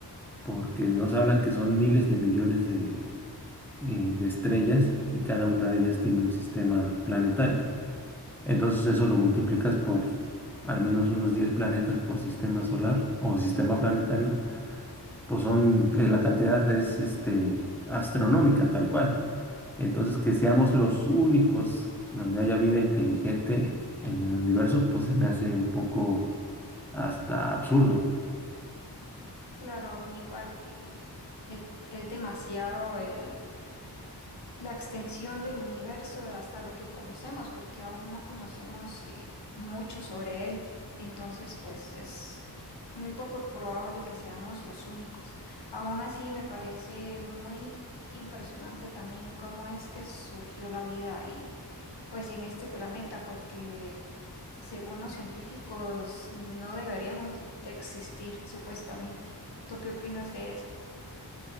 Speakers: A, in the centre; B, on the left (about 80°).
A: porque nos hablan que son miles de millones de eh, de estrellas y cada una de ellas tiene un sistema planetario. Entonces eso lo multiplicas por al menos unos 10 planetas por sistema solar o sistema planetario, pues son, eh, la cantidad es este, astronómica tal cual. Entonces que seamos los únicos donde haya vida inteligente en el universo, pues se me hace un poco hasta absurdo.
B: Claro, a mí igual eh, es, es demasiado el, la extensión del universo hasta lo que conocemos, porque aún no conocemos eh, mucho sobre él. Entonces, pues es muy poco probable que seamos los únicos. Aún así, me parece muy impresionante también cómo es que surgió la vida en, pues, en este planeta, porque según los científicos no deberíamos de existir, supuestamente. ¿Tú qué opinas de eso?